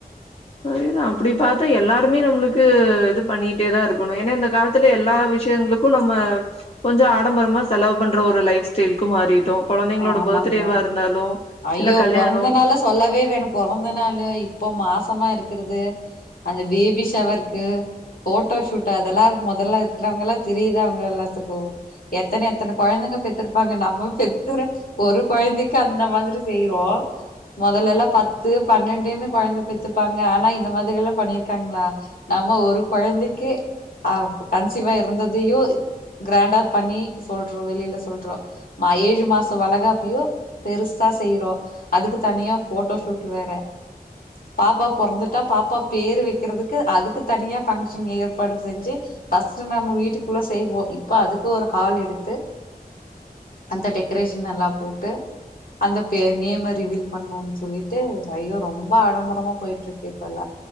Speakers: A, on the left; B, on the left.
A: <inaudible> அப்படி பாத்தா எல்லாருமே நம்பளுக்கு இது பண்ணிட்டே தா இருக்கணு என்னா இந்த காலத்துல எல்லா விஷயங்களுக்கு ற்கு நம்ம கொஞ்சோ ஆடம்பரமா செலவு பண்ற ஒரு லைப் ஸ்டைல்க்கு மாறிட்டோ கொழந்தைங்களோட
B: ஆமாங்க
A: பர்த்டேவா இருந்தாலு
B: ஐயோ
A: இல்ல கல்யாணோ
B: பொறந்த நாள சொல்லவே வேணு பொறந்த நாளு இப்போ மாசமா இருக்கிறது அந்த பேபி ஷவர்க்கு போட்டோ ஷூட் அதெல்லா மொதல்ல இருக்கிறவங்க எல்லா தெரியுத அவுங்க எல்லாத்துக்கு எத்தன எத்தன கொழந்தைங்க பெத்துருபாங்க நம்ம பெத்தற ஒரு கொழந்தைக்கு அந்த மாதி ரி செய்றோ மொதல்ல எல்லா பத்து பன்னெண்டுனு குழந்த பெத்துப்பாங்க ஆனா இந்த மாரி எல்லா பண்ணியிருக்காங்களா நம்ப ஒரு குழந்தைக்கே ஆ கன்சிவா இருந்ததையோ கிராண்டா பண்ணி சொல்றோ வெளியில சொல்றோ ஆ ஏழு மாசோ வழகாப்பயோ பெரு சா செய்றோ அதுக்கு தனியா போட்டோ ஷூட் வேற பாப்பா பொறந்துட்டா பாப்பா பேர் வைக்கிறதுக்கு அதுக்கு தனியா ஃபங்க்ஷன் ஏற்பாடு செஞ்சு ஃபஸ்ட் நம்ம வீட்டுக்குள்ள செய்வோ இப்ப அதுக்கு ஒரு ஹால் எடுத்து அந்த டெக்ரேஷன் எல்லா போட்டு அந்த பே நேம ரிவீல் பண்ணு சொல்லிட்டு ஐயோ ரொம்ப ஆடம்பரமா போயிட்டு இருக்கு இப்பல்லா